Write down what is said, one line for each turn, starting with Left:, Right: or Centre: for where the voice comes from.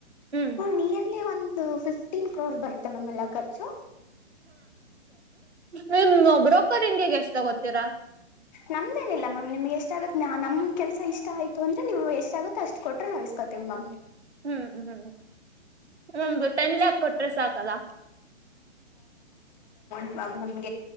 Right: ಹ್ಮ್
Left: ಹ ನೀ ಲ್ಲಿ ಒಂದು ಫಿಫ್ಟೀನ್ ಕ್ರೋರ್ ಬರುತ್ತೆ ಮಾಮ್ ಎಲ್ಲ ಖರ್ಚು
Right: ನಿಮ್ಮ್ ಬ್ರೋಕರಿಂಗಗೆ ಎಷ್ಟ ತಗೋತೀರಾ
Left: ನಮ್ದೇನಿಲ್ಲ ಮ್ಯಾಮ್ ನಿಮ್ಗೆ ಎಷ್ಟಾಗಗುತ್ತೆ ನಮ್ ಕೆಲ್ಸ ಇಷ್ಟ ಆಯ್ತು ಅಂದ್ರೆ ನೀವು ಎಷ್ಟಾಗಗುತ್ತೆ ಅಷ್ಟ್ ಕೊಟ್ಟ್ರೆ ನಾವವು ಇಸ್ಕೊತೀವಿ ಮ್ಯಾಮ್
Right: ಹ್ಮ್ ಹ್ಮ್ ಒಮ್ದಂದು ಟೆನ್ ಲ್ಯಾಕ್ ಕೊಟ್ರೆ ಸಾಕಲ್ಲ
Left: ಹ